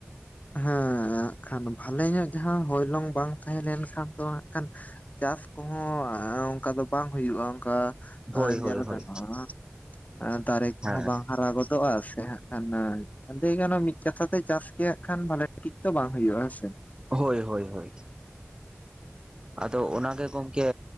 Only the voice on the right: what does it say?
ᱦᱳᱭ
ᱦᱳᱭ
ᱦᱳᱭ
ᱦᱮᱸ
ᱦᱳᱭ ᱦᱳᱭ ᱦᱳᱭ ᱟᱫᱚ ᱚᱱᱟᱜᱮ ᱜᱚᱝᱠᱮ